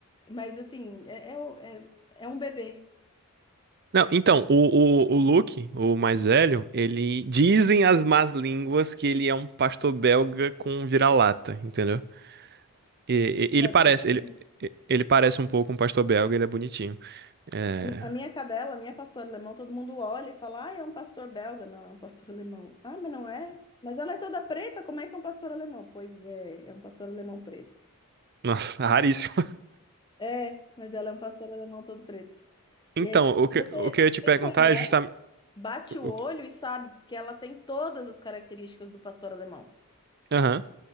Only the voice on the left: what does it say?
mas assim, é, é, o- é, é um bebê.
Pode
ser que
sim.
A mi- a minha cadela, a minha pastora alemão, todo mundo olha e fala: Ah, é um pastor belga. Não, é um pastor alemão. Ah, mas não é? Mas ela é toda preta, como é que é um pastor alemão? Pois é, é um pastor alemão preto.
É, mas ela é um pastor alemão todo preto.
E aí, se
você
quem
conhece,
bate o
olho e sabe, porque ela tem todas as características do pastor alemão.